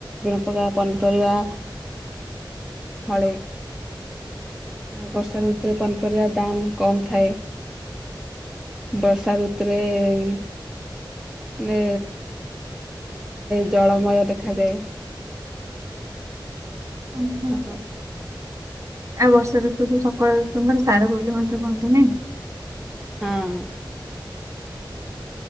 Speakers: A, in the centre; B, on the right.
A: ଵିପୁଳ ପନିପରିବା ଫଳେ। ବର୍ଷା ଋତୁରେ ପନପରିବା ଦାମ୍ କମ୍ ଥାଏ। ବର୍ଷା ଋତୁରେ ଏ ହେଲେ ସବୁଆଡ଼େ ଜଳମୟ ଦେଖାଯାଏ।
B: ହଁ ମ୍।
A: <inaudible>
B: ଆଉ ବର୍ଷା ଋତୁକୁ ସକଳ ଋତୁରଙ୍କ ସାର ବୋଲି ମଧ୍ୟ କହନ୍ତି ନେହିଁ।
A: ହଁ।